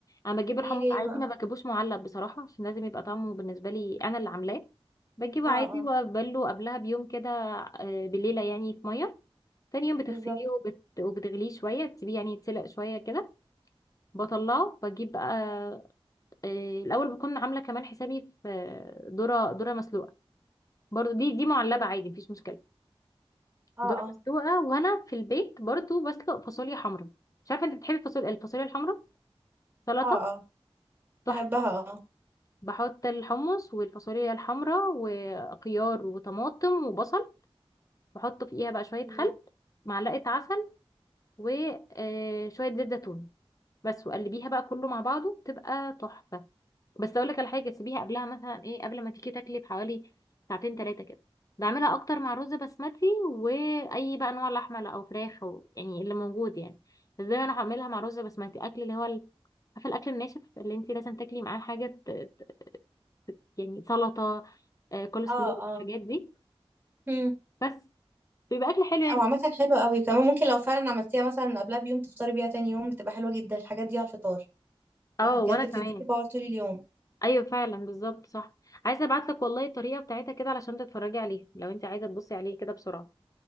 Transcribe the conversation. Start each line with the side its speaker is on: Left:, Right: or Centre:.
Left: انا بجيب الحمص
Right: ايه هي
Left: عادي
Right: بقى
Left: ما بجيبوش معلب بصراحه عشان لازم يبقى طعمه بالنسبه لي انا اللي عاملاه بجيبه
Right: اه
Left: عادي
Right: اه
Left: وابله قبلها بيوم كده آه، بليله يعني في ميه تاني يوم بتغسليه
Right: بالظبط
Left: وبت... وبتغليه شوية تسيبيه يعني يتسلق شوية كده بطلعه بجيب بقى آه، الأول بكون عاملة كمان حسابي في آه، ذرة ذرة مسلوقة برضو دي دي معلبة
Right: إيه.
Left: عادي مفيش مشكلة
Right: اه
Left: ذرة
Right: اه
Left: مسلوقة وأنا في البيت برضو بسلق فاصوليا حمرا مش عارفة أنت بتحبي الفاصوليا الفاصوليا الحمرا سلطة
Right: اه اه
Left: تحفة
Right: بحبها اه
Left: بحط الحمص والفاصوليا الحمرا وخيار وطماطم وبصل بحط فيها بقى شوية
Right: مم.
Left: خل معلقة عسل وشوية زيت زيتون بس وقلبيها بقى كله مع بعضه تبقى تحفة بس اقول لك على حاجة سيبيها قبلها مثلا ايه قبل ما تيجي تاكلي بحوالي ساعتين ثلاثة كده بعملها اكتر مع رز بسمتي واي بقى انواع لحمة او فراخ او يعني اللي موجود يعني بس دايما انا هعملها مع رز بسمتي اكل اللي هو ال- عارفة الاكل الناشف اللي انت لازم تاكلي معاه حاجة ت- ت- يعني سلطة آه، كول
Right: اه
Left: سلو
Right: اه
Left: الحاجات دي
Right: مم.
Left: بس بيبقى اكل حلو يعني
Right: او عامة حلوة قوي كمان ممكن لو فعلا عملتيها مثلا قبلها بيوم تفطري بيها تاني يوم بتبقى حلوة جدا الحاجات دي على الفطار
Left: اه
Right: وبجد
Left: وانا كمان
Right: بتديكي باور طول اليوم
Left: ايوه فعلا بالظبط صح عايزه ابعت لك والله الطريقه بتاعتها كده علشان تتفرجي عليها لو انت عايزه تبصي عليه كده بسرعه